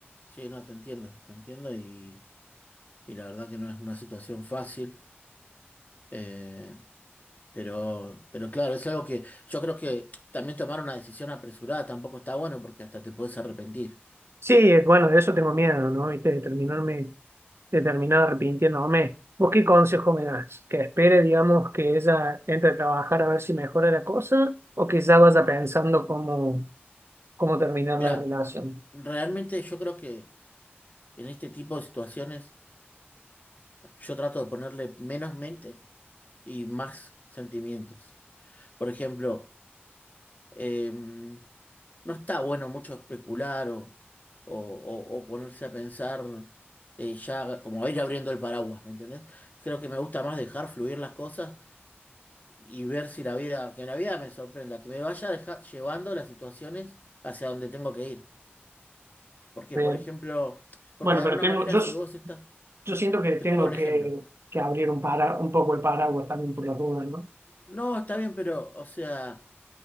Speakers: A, on the left; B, on the right.
A: Sí, no, te entiendo, te entiendo y, y la verdad que no es una situación fácil. Eh, Pero, pero claro, es algo que yo creo que también tomar una decisión apresurada tampoco está bueno porque hasta te puedes arrepentir.
B: Sí, es- bueno, de eso tengo miedo, ¿no? ¿Viste? De terminarme, de terminar arrepintiéndome. ¿Vos qué consejo me das? ¿Que espere, digamos, que ella entre a trabajar a ver si mejora la cosa o que ya vaya pensando cómo, cómo terminar
A: Mira,
B: la relación?
A: realmente yo creo que en este tipo de situaciones yo trato de ponerle menos mente y más sentimientos. Por ejemplo, em, no está bueno mucho especular o, o- o- o ponerse a pensar eh, ya como ir abriendo el paraguas, ¿me entendés? Creo que me gusta más dejar fluir las cosas y ver si la vida, que la vida me sorprenda, que me vaya deja- llevando las situaciones hacia donde tengo que ir. Porque,
B: Bien.
A: por ejemplo, porque
B: Bueno,
A: de
B: pero
A: alguna
B: tengo,
A: manera
B: yo,
A: si
B: s-
A: vos estás,
B: yo siento que
A: te
B: tengo
A: pongo un
B: que,
A: ejemplo.
B: que abrir un, para, un poco el paraguas también por las dudas, ¿no?
A: No, está bien, pero, o sea,